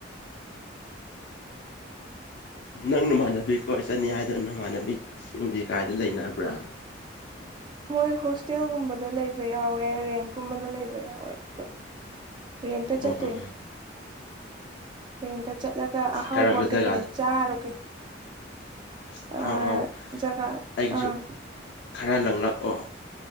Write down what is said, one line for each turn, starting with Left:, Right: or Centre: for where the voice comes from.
Left: ꯅꯪ ꯅꯃꯥꯟꯅꯕꯤ ꯈꯣꯏꯠ ꯆꯠꯅꯤ ꯍꯥꯏꯗꯅ ꯅꯃꯥꯟꯅꯕꯤꯁꯤꯡꯁꯤ ꯀꯥꯏꯗ ꯂꯩꯅꯕ꯭ꯔꯥ
Right: ꯃꯣꯏ ꯍꯣꯁꯇꯦꯜꯒꯨꯝꯕꯗ ꯂꯩꯕ ꯌꯥꯎꯋꯦ ꯔꯦꯟꯀꯨꯝꯕꯗ ꯂꯩꯕ ꯌꯥꯎꯋꯦ ꯑꯗꯨ ꯔꯦꯟꯇ ꯆꯠꯇꯣꯏꯅꯦ
Left: ꯑꯣ ꯑꯣ
Right: ꯔꯦꯟꯗ ꯆꯠꯂꯒ ꯑꯍꯥꯎꯕ
Left: ꯀꯔꯝꯕ
Right: ꯀꯩꯀꯩ
Left: ꯖꯒꯥꯗ
Right: ꯆꯥꯔꯨꯒꯦ
Left: ꯑꯁ
Right: ꯑꯥ
Left: ꯑꯍꯥꯎ ꯑꯍꯥꯎ
Right: ꯖꯒꯥ
Left: ꯑꯩꯒꯤꯁꯨ
Right: ꯑꯥ
Left: ꯈꯔ ꯂꯪꯂꯛꯑꯣ